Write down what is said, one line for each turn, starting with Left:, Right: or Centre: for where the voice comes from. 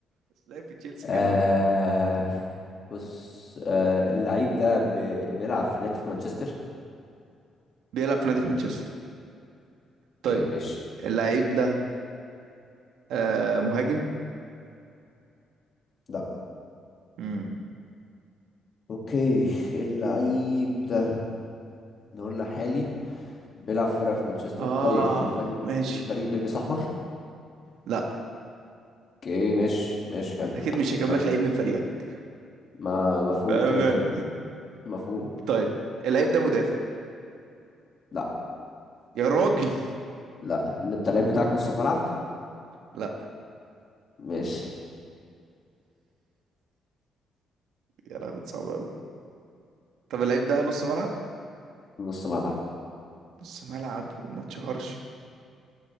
Right: بس لعب في تشيلسي
Left: آه
Right: كده وبتاع
Left: بص آه اللعيب ده بي- بيلعب في نادي في مانشستر
Right: بيلعب في نادي في مانشستر
Left: اوكي
Right: طيب
Left: ماشي
Right: اللعيب ده آه مهاجم
Left: لا
Right: مم.
Left: اوكي اللعيب ده نقول لحالي بيلعب في فرقة في مانشستر
Right: اه
Left: طيب الفريق
Right: ماشي
Left: الفريق بيلبس احمر
Right: لا
Left: اوكي ماشي ماشي حلو
Right: اكيد مش هجيب
Left: حلو
Right: لك لعيب من فريقك
Left: ما مفهوم
Right: بأمانة
Left: كده كده مفهوم
Right: طيب اللعيب ده مدافع
Left: لا
Right: يا راجل
Left: لا اللي انت اللعيب بتاعك نص ملعب
Right: لا
Left: ماشي
Right: يا لهوي صعب قوي طب اللعيب ده نص ملعب
Left: نص ملعب
Right: نص ملعب وما اتشهرش